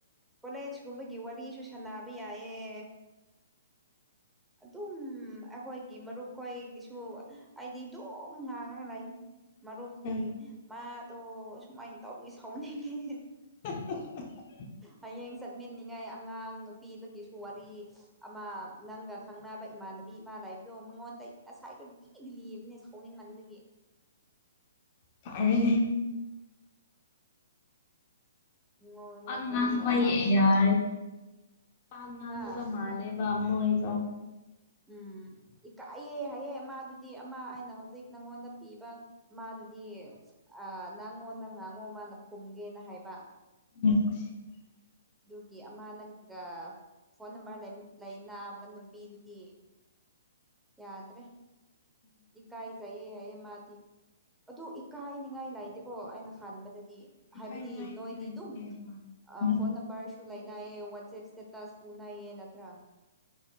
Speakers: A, in the centre; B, on the left.
A: ꯀꯣꯂꯦꯖ ꯀꯨꯝꯕꯒꯤ ꯋꯥꯔꯤꯁꯨ ꯁꯥꯟꯅꯕ ꯌꯥꯏꯌꯦ ꯑꯗꯨꯝ ꯑꯩꯈꯣꯏꯒꯤ ꯃꯔꯨꯞꯈꯣꯏꯒꯤꯁꯨ ꯑꯩꯗꯤ ꯑꯗꯨꯝ ꯉꯥꯡꯉꯥꯒ ꯂꯩꯅꯤ ꯃꯔꯨꯞꯀꯤ
B: ꯎꯝ
A: ꯃꯥꯗꯣ ꯁꯨꯃꯥꯏꯟ ꯇꯧꯕꯒꯤ ꯁꯥꯎꯅꯤꯡꯉꯤ
B: <unintelligible>
A: ꯍꯌꯦꯡ ꯆꯠꯃꯤꯟꯅꯤꯉꯥꯏ ꯑꯉꯥꯡ ꯅꯨꯄꯤꯗꯨꯒꯤꯁꯨ ꯋꯥꯔꯤ ꯑꯃ ꯅꯪꯒ ꯈꯪꯅꯕ ꯏꯃꯥꯟꯅꯕꯤ ꯑꯃ ꯂꯩꯕꯗꯣ ꯃꯉꯣꯟꯗꯩ ꯉꯁꯥꯏꯗꯨꯝ ꯄꯨꯡꯂꯤꯗ ꯂꯤꯕꯅꯦ ꯁꯥꯎꯅꯤꯡꯃꯟꯕꯒꯤ
B: ꯐꯔꯦꯅꯤ
A: ꯃꯉꯣꯟꯗ
B: ꯋꯥ ꯉꯥꯡꯕ
A: ꯐꯖꯅ ꯇꯥꯎꯗ
B: ꯌꯥꯔ‌ꯦ ꯋꯥ ꯉꯥꯡꯗꯕ
A: ꯍꯥ
B: ꯃꯥꯜꯂꯦꯕ ꯃꯣꯏꯗ‌ꯣ
A: ꯎꯝ ꯏꯀꯥꯏꯌꯦ ꯍꯥꯏꯌꯦ ꯃꯥꯗꯨꯗꯤ ꯑꯃ ꯑꯩꯅ ꯍꯧꯖꯤꯛ ꯅꯪꯉꯣꯟꯗ ꯄꯤꯕ ꯃꯥꯗꯨꯗꯤ ꯑ ꯅꯪꯉꯣꯟꯗ ꯉꯥꯡꯉꯣ ꯃꯥꯅ ꯈꯨꯝꯒꯦꯅ ꯍꯥꯏꯕ
B: <unintelligible>
A: ꯑꯗꯨꯒꯤ ꯑꯃ ꯅꯪꯒ ꯐꯣꯟ ꯅꯝꯕꯔ ꯂꯩ ꯂꯩꯅꯕ ꯅꯨꯄꯤꯗꯨꯗꯤ ꯌꯥꯗ꯭ꯔꯦ ꯏꯀꯥꯏꯖꯩꯌꯦ ꯍꯥꯏꯌꯦ ꯃꯥꯗꯤ ꯑꯗꯨ ꯏꯀꯥꯏꯅꯤꯡꯉꯥꯏ ꯂꯩꯥꯇꯦꯀꯣ ꯑꯩꯅ ꯈꯟꯕꯗꯗꯤ
B: ꯏꯀꯥꯏꯅꯤꯡꯉꯥꯏꯗꯤ
A: ꯍꯥꯏꯕꯗꯤ ꯅꯣꯏꯗꯤ
B: ꯂꯩꯇꯦ
A: ꯗꯨꯝ
B: ꯍꯣꯏ
A: ꯑꯥ ꯐꯣꯟ ꯅꯝꯕꯔꯁꯨ ꯂꯩꯅꯩ ꯋꯥꯆꯦꯞ ꯏꯁꯇꯦꯇꯁ ꯎꯅꯩꯌꯦ ꯅꯠꯇ꯭ꯔꯥ